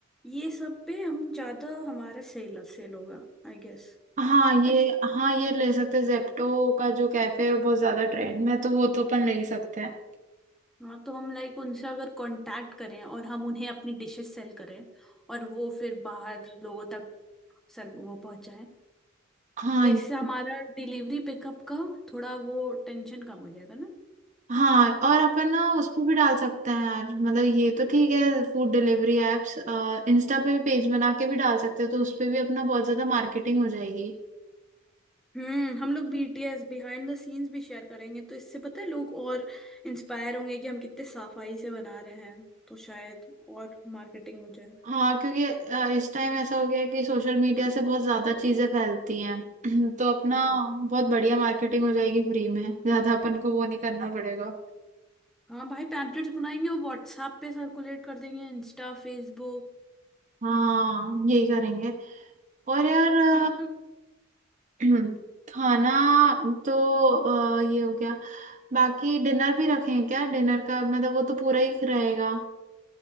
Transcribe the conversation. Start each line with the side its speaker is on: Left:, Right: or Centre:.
Centre: ये सब पे हम ज्यादा हमारा सेल सेल होगा आई गेस
Right: हाँ ये
Centre: अच्छा
Right: हाँ ये ले सकते हैं जेप्टो का जो कैफे है बहुत ज्यादा ट्रेंड में है, तो वो तो अपन ले ही सकते हैं
Centre: हाँ तो हम लाइक उनसे अगर कांटेक्ट करें और हम उन्हें अपनी डिशेस सेल करें और वो फिर बाहर लोगों तक सर वो पहुंचाएं
Right: हाँ
Centre: तो इससे
Right: ये-
Centre: हमारा डिलीवरी पिकअप का थोड़ा वो टेंशन कम हो जाएगा ना
Right: हाँ और अपन ना उस पर भी डाल सकते हैं यार मतलब ये तो ठीक है फूड डिलीवरी एप्स इंस्टा पे भी पेज बना के भी डाल सकते हैं तो उस पे भी अपना बहुत ज्यादा मार्केटिंग हो जाएगी
Centre: हम्म हम लोग बीटीएस बिहाइंड द सीन्स भी शेयर करेंगे तो इससे पता है लोग और इंस्पायर होंगे कि हम कितने साफाई से बना रहे हैं तो शायद और मार्केटिंग हो जाए
Right: हाँ क्योंकि अ, इस टाइम ऐसा हो गया है कि सोशल मीडिया से बहुत ज्यादा चीजें फैलती हैं <clears throat> तो अपना
Centre: हम्म
Right: बहुत बढ़िया मार्केटिंग हो जाएगी फ्री में ज्यादा अपन को वो नहीं करना पड़ेगा
Centre: हाँ भाई पैम्पलेट्स बनाएंगे और व्हाट्सएप पे सर्कुलेट कर देंगे इंस्टा फेसबुक
Right: हाँ यही करेंगे और यार
Centre: और हम
Right: अ, <clears throat> खाना तो अ, ये हो गया बाकी डिनर भी रखें क्या डिनर का मतलब वो तो पूरा ही रहेगा